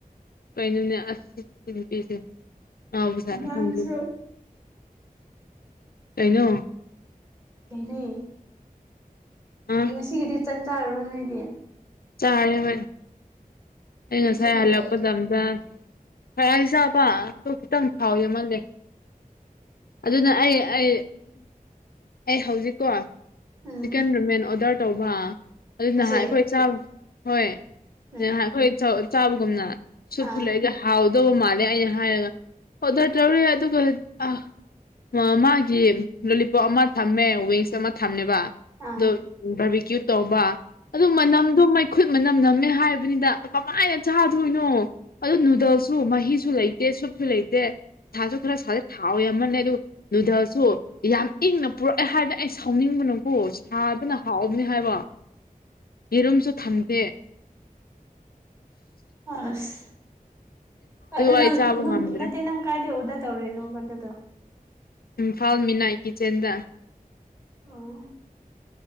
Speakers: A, on the left (about 85°); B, on the right (about 20°).
A: ꯀꯩꯅꯣꯅꯦ ꯑꯁ ꯁꯤ ꯅꯨꯄꯤꯁꯦ ꯉꯥꯎꯖꯥꯠꯂ
B: ꯅꯪꯁꯨ
A: ꯈꯪꯗꯦꯅꯦ ꯀꯩꯅꯣ
B: ꯀꯩꯅꯦ
A: ꯑ
B: ꯉꯁꯤꯒꯤꯗꯤ ꯆꯥꯛ ꯆꯥꯔꯕꯥ ꯅꯣꯏꯗꯤ
A: ꯆꯥꯔꯦ ꯍꯣꯏ ꯑꯩ
B: ꯉꯁꯤꯅ
A: ꯉꯁꯥꯏ ꯍꯜꯂꯛꯄꯗ
B: ꯀꯩ
A: ꯑꯗ ꯈꯔ ꯆꯥꯕ ꯑꯗꯣ ꯈꯤꯇꯪ ꯐꯥꯎꯑ ꯃꯥꯜꯂꯦ ꯑꯗꯨꯅ ꯑꯩ ꯑꯩ ꯑꯩ ꯍꯧꯖꯤꯛꯀꯣ
B: ꯎꯝ
A: ꯆꯤꯛꯀꯟ ꯔꯃꯦꯟ ꯑꯣꯔꯗꯔ ꯇꯧꯕ ꯑꯗꯨ
B: ꯍꯧꯖꯤꯛ
A: ꯅꯍꯥꯟ ꯑꯩꯈꯣꯏ ꯆꯥ ꯍꯣꯏ
B: ꯎꯝ
A: ꯑꯩꯈꯣꯏ ꯆꯥꯕꯒꯨꯝꯅ ꯁꯨꯞꯁꯨ
B: ꯑꯥ
A: ꯂꯩꯗ ꯍꯥꯎꯗꯧꯕ ꯃꯥꯜꯂꯦ ꯑꯩꯅ ꯍꯥꯏꯔꯒ ꯑꯣꯗꯔ ꯇꯧꯔꯤ ꯑꯗꯨꯒ ꯑ ꯃꯥꯒꯤ ꯂꯣꯂꯤꯄꯣꯞ ꯑꯃ ꯊꯝꯃꯦ ꯋꯤꯡꯁ ꯑꯃ ꯊꯝꯃꯦꯕ
B: ꯑꯥ
A: ꯑꯗꯨ ꯕꯔꯕꯤꯀ꯭ꯌꯨ ꯇꯧꯕ ꯑꯗꯨ ꯃꯅꯝꯗꯣ ꯃꯩꯈꯨꯠ ꯃꯅꯝ ꯅꯝꯃꯦ ꯍꯥꯏꯕꯅꯤꯗ ꯀꯃꯥꯏꯅ ꯆꯥꯗꯣꯏꯅꯣ ꯑꯗꯨ ꯅꯨꯗꯜꯁꯨ ꯃꯍꯤꯁꯨ ꯂꯩꯇꯦ ꯁꯨꯞꯁꯨ ꯂꯩꯇꯦ ꯁꯥꯁꯨ ꯈꯔ ꯁꯥꯗꯦ ꯊꯥꯎ ꯌꯥꯝꯃꯜꯂꯦ ꯑꯗꯨ ꯅꯨꯗꯜꯁꯨ ꯌꯥꯝ ꯏꯪꯅ ꯄꯨꯔꯛꯑꯦ ꯍꯥꯏꯕ ꯑꯩ ꯁꯥꯎꯅꯤꯡꯕꯅꯀꯣ ꯁꯥꯕꯅ ꯍꯥꯎꯕꯅꯤ ꯍꯥꯏꯕ ꯌꯦꯔꯨꯝꯁꯨ ꯊꯝꯗꯦ ꯑ
B: ꯑꯁ ꯑꯗꯨ
A: ꯑꯩ
B: ꯅꯪ
A: ꯆꯥꯕ
B: ꯅꯪ
A: ꯉꯝꯗ꯭ꯔꯦ
B: ꯅꯠꯇꯦ ꯅꯪ ꯀꯥꯏꯗꯩꯩ ꯑꯣꯔꯗꯔ ꯇꯧꯔꯤꯅꯣꯕ ꯑꯗꯨꯗꯣ
A: ꯏꯝꯐꯥꯜ ꯃꯤꯠꯅꯥꯏꯠ ꯀꯤꯠꯆꯟꯗ
B: ꯑꯣ